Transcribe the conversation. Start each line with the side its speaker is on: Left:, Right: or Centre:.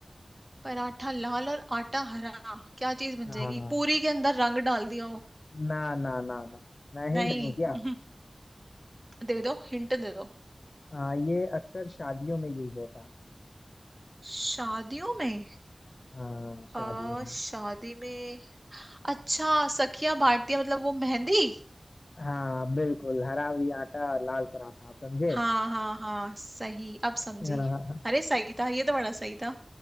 Right: पराठा लाल और आटा हरा क्या चीज बन
Left: हाँ
Right: जाएगी पूरी के अंदर रंग डाल दिया हो
Left: ना ना ना ना मैं
Right: नहीं
Left: हिंट दूं क्या
Right: <laughs> दे दो हिंट दे दो
Left: हाँ ये अक्सर शादियों में यूज होता है
Right: शादियों में
Left: हाँ शादियों
Right: आ,
Left: में
Right: शादी में अच्छा सखिया भारतीय मतलब वो मेहंदी
Left: हाँ बिल्कुल हरा भी आटा और लाल पराठा आप समझे
Right: हाँ हाँ हाँ सही अब समझी
Left: हाँ
Right: अरे सही था ये तो बड़ा सही था